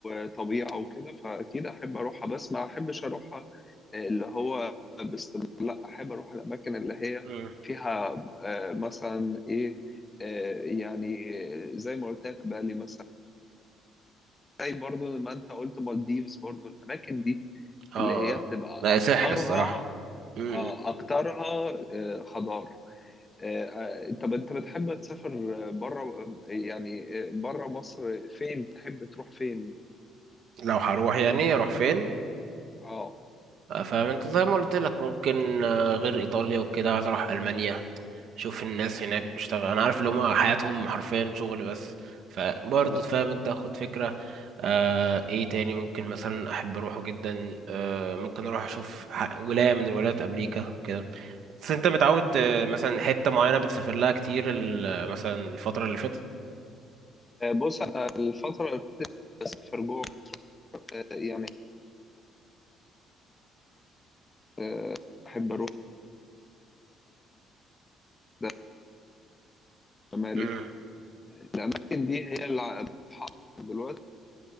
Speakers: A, on the left; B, on the right.
A: وطبيعه وكده فاكيد احب اروحها بس ما احبش اروح اللي هو باستمرار لا احب اروح الاماكن اللي هي
B: مم.
A: فيها آه، مثلا ايه آه، يعني زي ما قلت لك بالي مثلا زي برضو ما انت قلت مالديفز برضو الاماكن دي
B: اه
A: اللي هي بتبقى
B: لا سحر
A: اكترها
B: الصراحة مم.
A: آه، اكترها آه، خضار آه، آه، طب انت بتحب تسافر بره يعني بره مصر فين تحب تروح فين
B: لو هروح يعني اروح فين
A: اه
B: آه، فاهم انت زي ما قلت لك ممكن آه، غير ايطاليا وكده عايز اروح المانيا اشوف الناس هناك بيشتغل انا عارف اللي هما حياتهم حرفيا شغل بس فبرضه
A: اه
B: فاهم انت اخد فكرة آه ايه تاني ممكن مثلا احب اروحه جدا آه ممكن اروح اشوف ح- ولاية من ولايات امريكا وكده بس انت متعود آه، مثلا حتة معينة بتسافر لها كتير ال- مثلا الفترة اللي فاتت
A: آه، بص انا الفتره اللي بسافر جوه آه، يعني آه، احب اروح ده شمالي
B: مم.
A: الاماكن دي هي اللي ع- بتحط دلوقتي